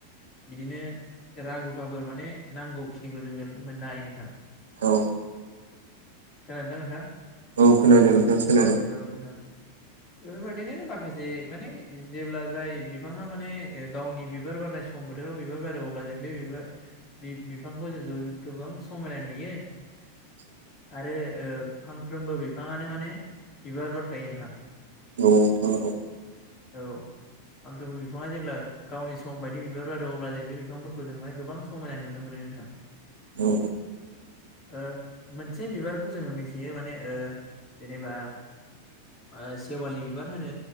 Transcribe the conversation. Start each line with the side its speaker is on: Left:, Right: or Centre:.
Left: बिदिनो रां रुफाफोर माने नांगौखिनिखौ जोङो मोननो हायो नोंथां।
Right: औ।
Left: खोनादोना नोंथां?
Right: औ खोनादों नोंथां खोनादों।
Left: औ नोंथां बेफोरबायदिनो माखासे माने जेब्ला जाय बिफाङा माने गावनि बिबार बारनाय सम बोथोराव बिबार बारो अब्ला जों बे बिबार बि-बिफांखौ जों गो-गोबां समायना नुयो।
Right: <inaudible>
Left: आरो ओ फांफ्रोमबो बिफाङानो माने बिबार बारखायो नोंथां।
Right: औ थां।
Left: औ। आंखोबो बिफाङा जेब्ला गावनि सम बायदि बिबार बारो अब्ला जों बे बिफांफोरखौ जों माने गोबां समायना नुनो मोनो। नोंथां।
Right: औ।
Left: ओ मोनसे बिबारखौ जोङो मिथियो माने ओ जेनेबा
Right: <inaudible>
Left: ओ सेवालि बिबार होनो